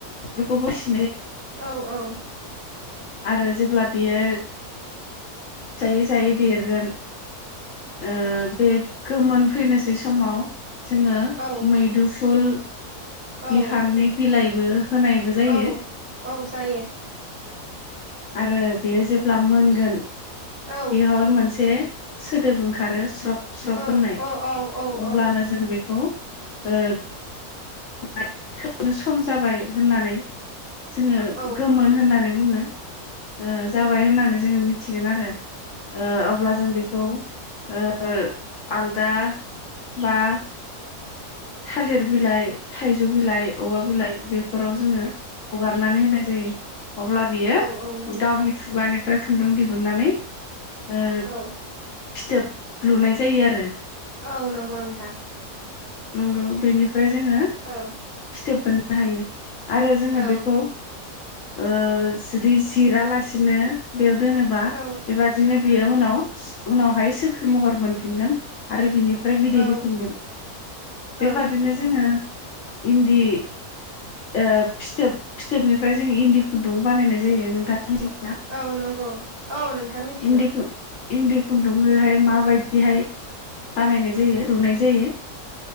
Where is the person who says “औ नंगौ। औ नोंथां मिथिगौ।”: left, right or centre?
Right